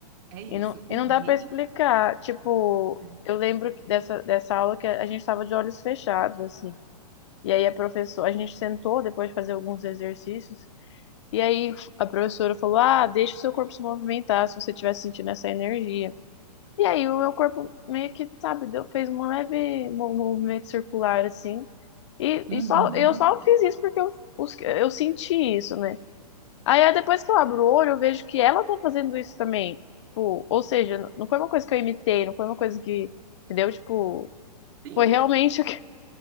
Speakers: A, on the right; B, on the left.
A: é isso.
B: E não,
A: O
B: e não dá
A: reiki.
B: para explicar. Tipo,
A: É.
B: eu lembro que dessa dessa aula que a, a gente estava de olhos fechados assim. E aí a professora, a gente sentou depois de fazer alguns exercícios. E aí a professora falou: Ah, deixa o seu corpo se movimentar se você estiver sentindo essa energia. E aí o meu corpo meio que, sabe, deu, fez um leve mo- movimento circular assim. E,
A: Uhum.
B: e só eu só fiz isso porque eu, os- eu senti isso, né? Aí aí, depois que eu abro o olho, eu vejo que ela tá fazendo isso também. Tipo, ou seja, n- não foi uma coisa que eu imitei, não foi uma coisa que, entendeu? Tipo,
A: Sim,
B: foi realmente <laughs> o que